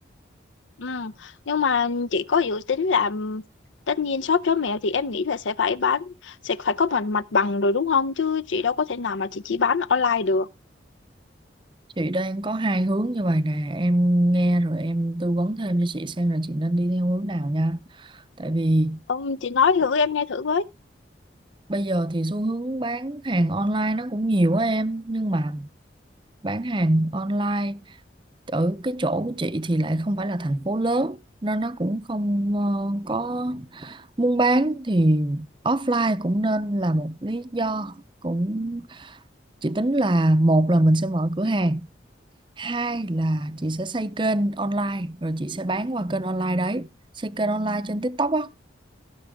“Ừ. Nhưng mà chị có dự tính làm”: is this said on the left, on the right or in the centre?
Left